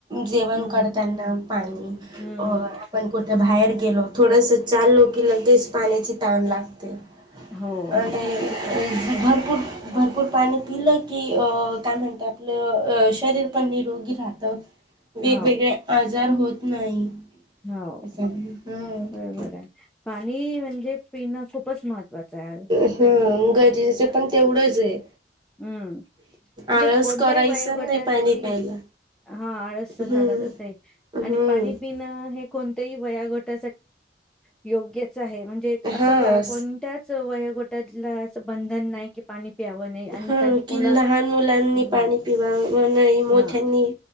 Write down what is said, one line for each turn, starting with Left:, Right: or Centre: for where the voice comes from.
Right: जेवण
Centre: हम्म
Right: करताना पाणी
Centre: हम्म
Right: अ आपण कुठे बाहेर गेलो थोडस चाललो की लगेच पाण्याची ताण लागते
Centre: हो
Right: आणि
Centre: न, खूपच
Right: भरपूर भरपूर पाणी पिलं की काय म्हणत आपलं शरीर पण निरोगी राहत वेगवेगळे
Centre: हो
Right: आजार होत नाही
Centre: हो
Right: त्याच्यामुळे हम्म
Centre: बरोबर आहे पाणी म्हणजे पिणं खूपच महत्त्वाचं आहे.
Right: हा गरजेचं पण तेवढंच आहे
Centre: हम्म म्हणजे
Right: आळस
Centre: कोणत्याही
Right: करायचं
Centre: वयोगटासाठी
Right: नाही पाणी प्यायला
Centre: हा आळस
Right: हम्म
Centre: चालत असते
Right: हम्म
Centre: आणि पाणी पिणं हे कोणतेही वयागट योग्यच आहे म्हणजे अस
Right: हा
Centre: कोणत्याच व असं बंधन नाही कि पाणी प्यावं नाही आणि
Right: हा
Centre: त्यांनी
Right: कि
Centre: कोणला
Right: लहान मुलांनी
Centre: हम्म
Right: पाणी पिवा नाही मोठ्यांनी
Centre: हा